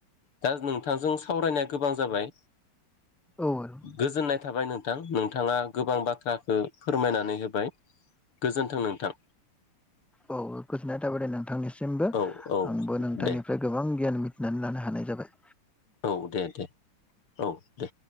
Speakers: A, on the left; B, in the centre.
A: दा नोंथांजों सावरायनाया गोबां जाबाय
B: औ औ
A: गोजोननाय थाबाय नोंथां नोंथाङा गोबां बाथ्राखो फोरमायनानै होबाय। गोजोन्थों नोंथां।
B: औ गोजोननाय थाबाय दे नोंथांनिसिमबो
A: औ औ
B: आंबो नोंथांनिफ्राय
A: दे
B: गोबां गियान मिथिनानै लानो हानाय जाबाय।
A: औ दे दे औ दे।